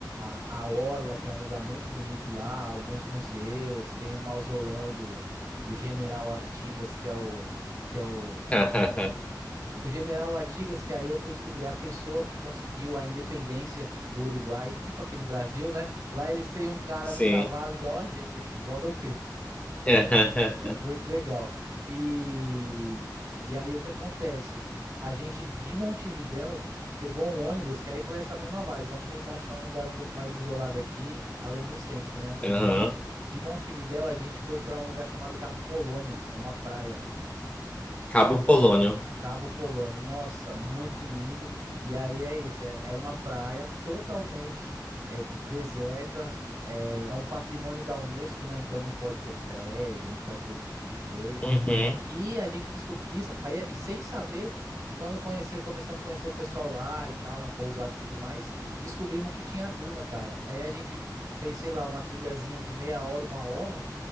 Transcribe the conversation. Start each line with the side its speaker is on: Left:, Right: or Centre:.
Right: a, a Orla, que é um lugar muito bonito lá, alguns museus, tem o mausoléu do, do General Artigas, que é o que é o,
Left: <laughs>
Right: o general Artigas, que aí eu fui descobrir, é a pessoa que conseguiu a independência do Uruguai, tipo aqui no Brasil, né? Lá eles têm um cara
Left: Sim.
Right: no cavalo igual a gente aqui, igual Dom Pedro.
Left: <laughs>
Right: <laughs> Muito legal. E, e aí o que acontece? A gente de Montevidéu pegou um ônibus, que aí foi essa mesma vibe. Vamos tentar achar um lugar um pouco mais isolado aqui, além do centro, né?
Left: Uhum.
Right: De, de Montevidéu a gente foi para um lugar chamado Cabo Polônio, é uma praia.
Left: Cabo Polônio.
Right: Cabo Polônio, nossa, muito lindo. E aí é isso, é- era uma praia totalmente é, deserta, é, é um patrimônio da Unesco, né? Então não pode ter prédio, não pode ter esse tipo de coisa.
Left: Uhum.
Right: E a gente descobriu isso aí, é- sem saber, quando conhecer, começamos a conhecer o pessoal lá e tal, na pousada e tudo mais, descobrimos que tinha duna, cara. Aí a gente fez, sei lá, uma trilhazinha de meia hora, uma hora